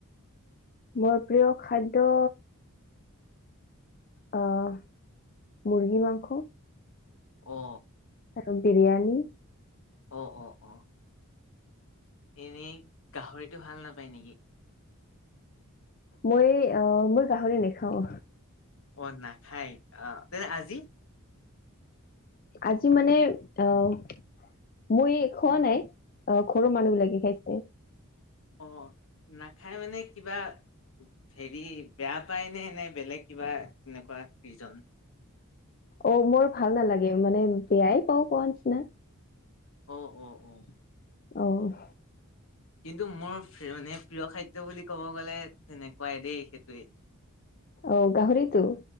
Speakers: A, on the left; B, on the left.
A: মোৰ প্ৰিয় খাদ্য আহ মুৰ্গী মাংস
B: অ
A: আৰু বিৰিয়ানি
B: অ অ অ এনেই গাহৰিটো ভাল নাপায় নেকি
A: মই অ মই গাহৰি নেখাওঁ
B: অ নাখায় অ তেনে আজি
A: আজি মানে আহ মই খোৱা নাই অ ঘৰৰ মানুহবিলাকে খাইছে
B: অ নাখাই মানে কিবা হেৰি বেয়া পায় নে এনে বেলেগ কিবা এনেকুৱা ৰিজন
A: অ মোৰ ভাল নালাগে মানে বেয়াই পাও পোৱা নিচিনা
B: অ অ অ
A: অহ
B: কিন্তু মোৰ ফে মানে প্ৰিয় খাদ্য বুলি ক'ব গ'লে তেনেকুৱাই দেই সেইটোৱেই
A: অ গাহৰিটো